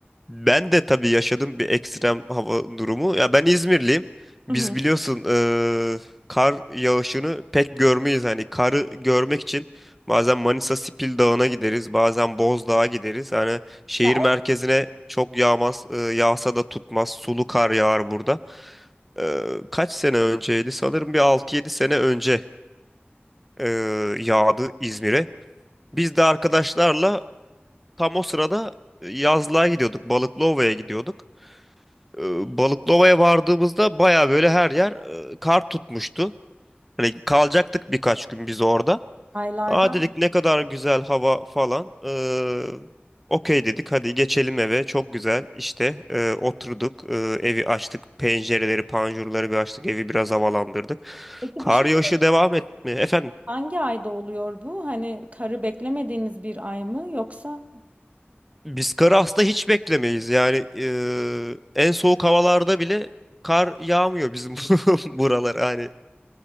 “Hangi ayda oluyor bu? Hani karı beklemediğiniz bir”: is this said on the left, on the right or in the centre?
Right